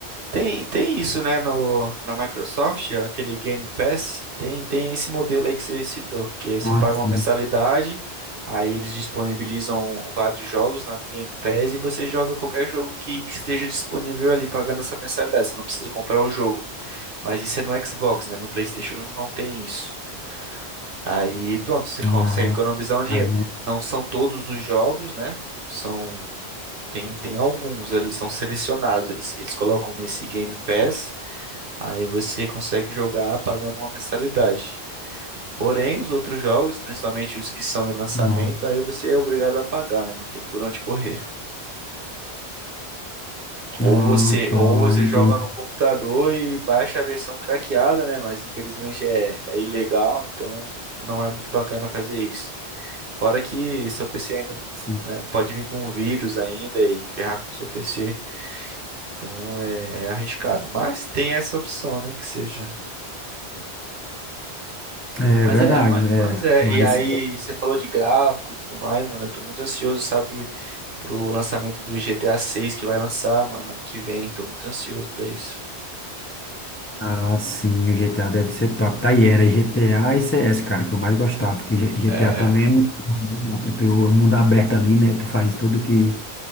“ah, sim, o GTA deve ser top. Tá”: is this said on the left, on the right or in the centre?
Left